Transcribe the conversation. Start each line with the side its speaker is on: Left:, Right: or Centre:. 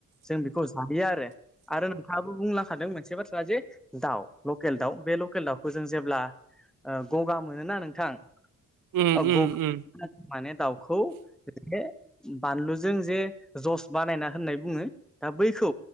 Centre: जों बेखौ जायो आरो। आरो नोंथाङाबो बुंलांखादों मोनसे बाथ्रा जे दाउ लकेल दाउ। बे लकेल दाउखौ जों जेब्ला गगा मोनोना नोंथां
Right: उम
Centre: औ
Right: उम
Centre: गगा
Right: उम
Centre: माने दाउखौ जे बानलुजों जे जस बानायना होननाय बुङो। दा बैखौ